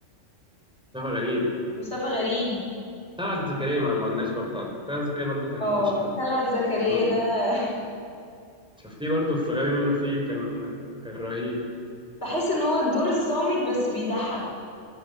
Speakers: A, in the centre; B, on the left.
A: مصطفى غريب
B: مصطفى غريب
A: طلعت زكريا ما ما قلناش برضه طلعت زكريا برضه كان
B: اه
A: ملوش حل
B: طلعت زكريا
A: أمي.
B: ده <laughs>
A: شفتيه برضه في غبي منه فيه كان كان رهيب
B: بحس ان هو الدور الصامت بس بيضحك